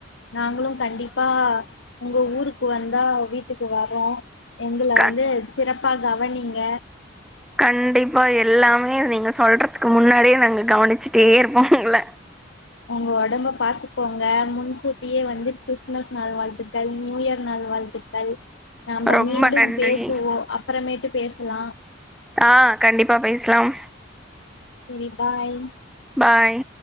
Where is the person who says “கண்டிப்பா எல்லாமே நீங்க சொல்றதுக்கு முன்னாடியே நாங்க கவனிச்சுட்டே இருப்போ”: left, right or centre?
Centre